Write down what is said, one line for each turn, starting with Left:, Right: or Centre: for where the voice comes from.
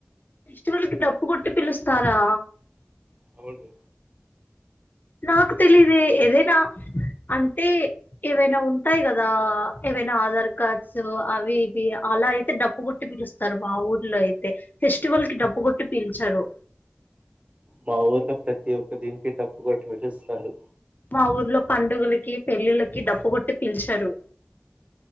Left: ఫెస్టివల్ కి డప్పు కొట్టి పిలుస్తారా!?
Right: అవును
Left: నాకు తెలిదే ఏదేనా అంటే ఏవైనా ఉంటాయి కదా ఏవైనా ఆధార్ కార్డ్స్ అవి ఇవి అలా అయితే డబ్ప్పుు కొట్టి పిలుస్తారు. మా ఊర్లో అయితే ఫెస్టివల్ కి డబ్బు కొట్టి పిలిచరు.
Right: మా ఊర్లో ప్రతి ఒక్క దీనికి డప్పు కొట్టి విలుస్తారు
Left: మా ఊర్లో పండుగలకి పెళ్ళిళ్లకి డప్పుు కొట్టి పిలిచారు